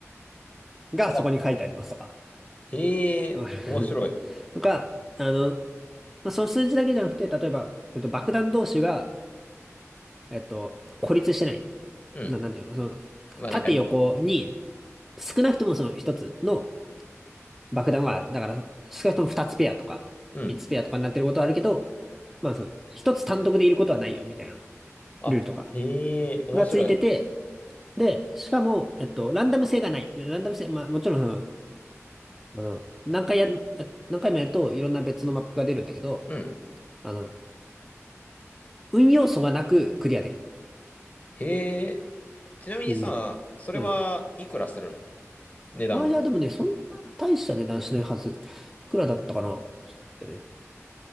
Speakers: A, in the centre; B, on the left.
A: がそこに書いてありますとか。
B: あ、へえ、
A: <laughs> わかる
B: 面白い。
A: <laughs> とか、あの、まあ、その数字だけじゃなくて、例えば、えっと、爆弾同士が、えっと、孤立してない。
B: うん。
A: な、なんていうの、その、
B: まあなんか
A: 縦横に
B: <laughs>
A: 少なくともその一つの爆弾はある。だから、少なくとも二つペアとか、
B: うん。
A: 三つペアとかになってることはあるけど、まあその、一つ単独でいることはないよ、みたいな。
B: あ、
A: ルートが、
B: へえ、面白い。
A: がついてて、で、しかも、えっと、ランダム性がない。ランダム性、まあ、もちろん、あの、何回や、や何回もやると、いろんな別のマップが出るんだけど、
B: うん。
A: あの、運要素がなくクリアできるっ
B: へえ、ちなみにさ、
A: ていうゲーム。
B: それはいくらするの
A: うん。
B: 値段。
A: あ、いや、でもね、そんな大した値段しないはず。いくらだったかなちょっと待ってね。